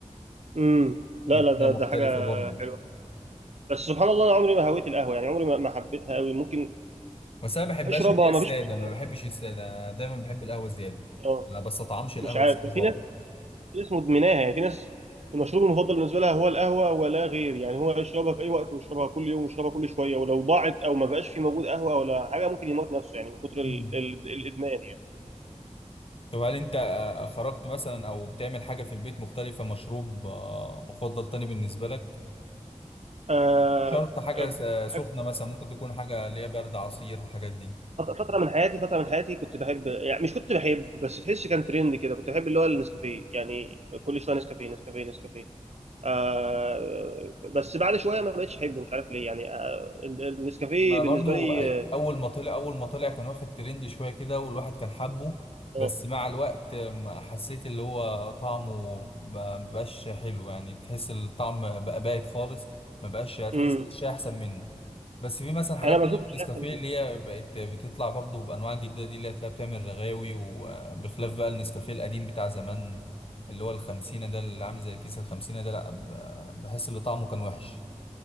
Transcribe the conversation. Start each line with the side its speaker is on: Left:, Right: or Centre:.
Right: امم لا
Left: دي بتبقى
Right: لا ده
Left: مختلفة
Right: ده حاجه
Left: برضه
Right: حلوه بس سبحان الله انا عمري ما هويت القهوه يعني عمري ما ما حبيتها قوي ممكن
Left: بس أنا ما بحبهاش
Right: اشربها
Left: اللي هي السادة
Right: ما فيش مشكله
Left: ما بحبش السادة أنا دايما بحب القهوة زيادة
Right: اه
Left: ما بستطعمش القهوة
Right: مش عارف
Left: السادة خالص
Right: في ناس في ناس مدمناها يعني في ناس المشروب المفضل بالنسبه لها هو القهوه ولا غير يعني هو يشربها في اي وقت ويشربها كل يوم ويشربها كل شويه ولو ضاعت او ما بقاش في موجود قهوه ولا حاجه ممكن يموت نفسه يعني من كتر ال-
Left: مم.
Right: ال- الادمان يعني
Left: طب هل أنت آه، خرجت مثلا أو بتعمل حاجة في البيت مختلفة مشروب آه، مفضل تاني بالنسبة لك؟
Right: آه
Left: شرط حاجة
Right: آه،
Left: آه،
Right: بحب-
Left: سخنة مثلا ممكن تكون حاجة اللي هي برد عصير الحاجات دي
Right: فتره من حياتي فتره من حياتي كنت بحب يعني مش كنت بحب بس تحس كان ترند كده كنت بحب اللي هو النسكافيه يعني كل شويه نسكافيه نسكافيه نسكافيه آه بس بعد شويه ما بقتش احبه مش عارف ليه يعني آه ال- النسكافيه
Left: ما
Right: بالنسبه
Left: برضو
Right: لي آه
Left: اول ما طلع اول ما طلع كان واخد ترند شويه كده والواحد كان حابه
Right: آه،
Left: بس مع الوقت ما حسيت اللي هو طعمه ما بقاش حلو يعني تحس الطعم بقى بايت خالص ما بقاش هتحس
Right: مم.
Left: الشاي احسن منه بس في مثلا حاجات
Right: انا بشوف
Left: تانية
Right: الشاي
Left: في النسكافيه
Right: احسن منه
Left: اللي هي بقت بتطلع برضو بانواع جديده دي اللي هتلاقيها بتعمل رغاوي وبخلاف بقى النسكافيه القديم بتاع زمان اللي هو الخمسينة ده اللي عامل زي الكيس الخمسينة ده لا ب- بحس ان طعمه كان وحش